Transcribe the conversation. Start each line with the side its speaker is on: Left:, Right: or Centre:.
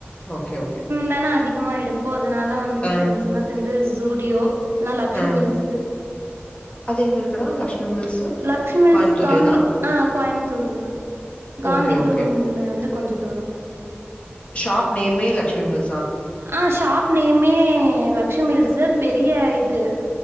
Left: ஓகே ஓகே
Right: தானே அதிகமா எடுப்போ அதனால வந்துட்டு
Left: ஆ,
Right: ப்ரெண்ட்ஸ் எல்லா சேந்து ஜூடியோ இல்லா லக்ஷ்மி
Left: ஆ.
Right: மில்ஸு
Left: அது எங்க இருக்குடா? லக்ஷ்மி மில்ஸு?
Right: லக்ஷ்மில்ஸ்
Left: கோயம்புத்தூர்லயே
Right: காந்தி
Left: தான்?
Right: ஆ கோயமுத்தூர்லா காந்திபுரம்ல
Left: ஓகே, ஓகே.
Right: இருந்து கொஞ்ச தூரோ
Left: ஷாப் நேம்மே லக்ஷ்மி மில்
Right: ஆ ஷாப் நேமே லக்ஷ்மி மில்ஸு அது பெரிய இது